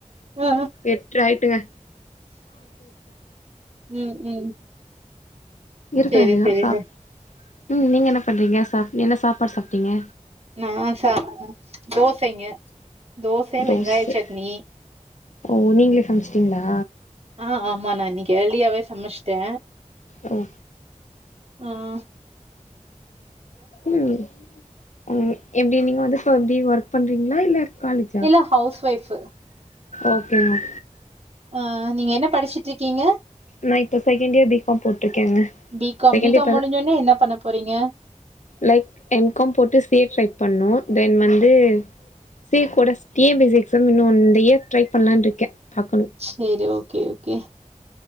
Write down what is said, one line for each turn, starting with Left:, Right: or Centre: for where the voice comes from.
Right: ஆ
Left: எட்டராயிட்டுங்க
Right: ம் ம்
Left: இருக்க
Right: செரி
Left: வேண்டியதா
Right: செரி
Left: சாப் ம் நீங்க என்ன பண்றீங்க சாப் என்ன சாப்பாடு சாப்ட்டீங்க
Right: நா சாப்டே தோசைங்க தோச
Left: தோச
Right: வெங்காய சட்னி
Left: ஓ நீங்ளே சமச்சிட்டீங்களா
Right: ஆ ஆமா நா இன்னக்கி ஏர்ளி யாவே சமச்சிட்டே
Left: ஓ
Right: ம்
Left: ம் ம் எப்டி நீங்க வந்து இப்ப எப்டி ஒர்க் பண்றீங்களா இல்ல காலேஜா
Right: இல்ல ஹவுஸ் ஒய்ஃப்ஃபு
Left: ஓகேங்க
Right: ஆ நீங்க என்ன படிச்சுட்ருக்கீங்க
Left: நா இப்போ செகண்ட் இயர் பி காம் போட்ருக்கேங்க
Right: B com
Left: second
Right: B
Left: year
Right: com
Left: இப்பதா
Right: முடிஞ்சோனே என்ன பண்ண போறீங்க
Left: லைக் எம் காம் போட்டு சி எஃப் ட்ரை பண்ணு தென் வந்து சீகோடஸ் T N P C exam இன்னு இந்த இயர் ட்ரை பண்லான்ட்ருக்கே பாக்கணு
Right: செரி ஓகே ஓகே